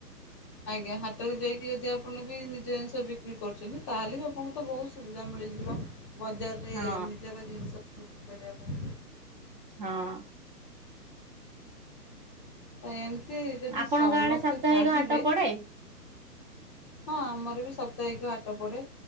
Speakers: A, on the left (about 20°); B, on the right (about 30°).
A: ଆଜ୍ଞା ହାଟକୁ ଯାଇକି ଯଦି ଆପଣ ବି ନିଜ ଜିନିଷ ବିକ୍ରି କରୁଛନ୍ତି ତାହେଲେ ବି ଆପଣଙ୍କୁ ତ ବହୁତ ସୁବିଧା ମିଳିଯିବ। ବଜାରରେ
B: ହଁ
A: ନିଜର ଜିନିଷ ବିକ୍ରି କରିବା ପାଇଁ।
B: ହଁ।
A: ଏମିତି ଯଦି
B: ଆପଣଙ୍କ
A: ସମସ୍ତେ
B: ଆଡେ ସାପ୍ତାହିକ
A: ଚାହିଁବେ
B: ହାଟ ପଡେ?
A: ହଁ ଆମର ବି ସପ୍ତାହିକ ହାଟ ପଡେ